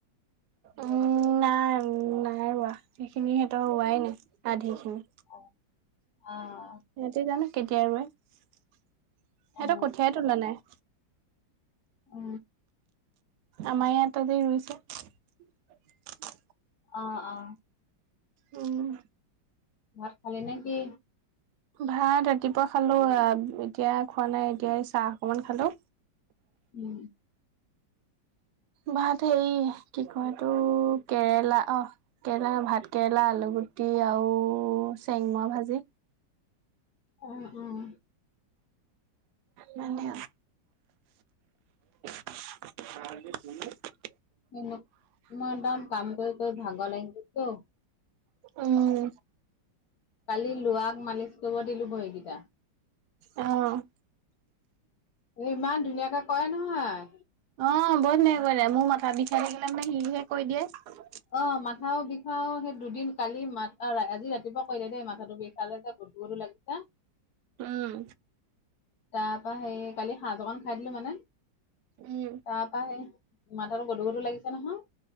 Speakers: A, on the right (about 70°); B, on the left (about 60°).
A: উম, নাই, নাই ৰোৱা সেইখিনি সিহতৰ ৰোৱাই নাই আধি খিনি
B: অ, আহ।
A: সিহঁতি জানো কেতিয়া ৰৈ সিহতটো
B: অ,
A: কঠিয়াই তোলা নাই।
B: উ।
A: আমাৰ ইয় ততেই ৰুইছে।
B: অ', অ'।
A: উম।
B: ভাত খালি নেকি।
A: ভাত ৰাতিপুৱা খালো, এতিয়া খোৱা নাই, এতিয়া চাহ অকমান খালো।
B: উম।
A: ভাত হেৰি কি কয় তটো কেৰেলা অ, কেৰেলা ভাত কেৰেলা, আলু। গুটি আৰু চেংমৰা ভাজি
B: অ, অম
A: মানে <unintelligible>
B: এন, মই পাম কাম কৰি কৰি ভাগৰ লাগি গ'লতো।
A: উম।
B: কালি লোৱাক মালিচ কৰিব দিলোঁ বৰীকেইটা।
A: অ'।
B: এ, ইমান ধুনীয়াকে কৰে নহয়।
A: অ' বহুত ধুন কৰে, মোৰ মাথা বিষাই থাকিলে মানে সিহে কৰি দিয়ে।
B: অ' মাথাও বিষাও সেই দুদিন কালি মা-আজি ৰাতিপুৱা কৈলে দেই মাথাটো বিষালে যে। গধূৰ গধূৰ লাগিছ।
A: উম।
B: তাৰপা সেই কালি সাঁহ অকন খাই দিলোঁ মানে,
A: উম
B: তাৰপা সেই মাথাটো গধুৰ গধুৰ লাগিছে নহয়।